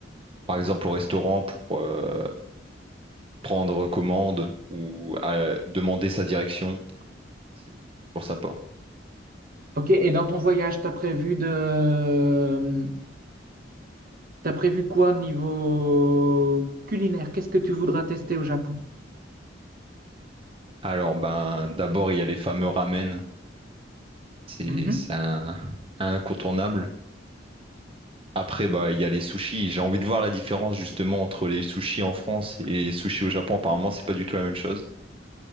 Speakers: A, on the right; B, on the right.
A: par exemple, au restaurant pour euh, prendre commande ou euh, demander sa direction. C'est pour ça pas.
B: Ok, et dans ton voyage, t'as prévu de... euh, T'as prévu quoi niveau culinaire? Qu'est-ce que tu voudras tester au Japon?
A: Alors, ben, d'abord, il y a les fameux ramen. C'est
B: Mhm.
A: c'est un, un incontournable. Après, bah, il y a les sushis. J'ai envie de voir la différence justement entre les sushis en France et les sushis au Japon. Apparemment, c'est pas du tout la même chose.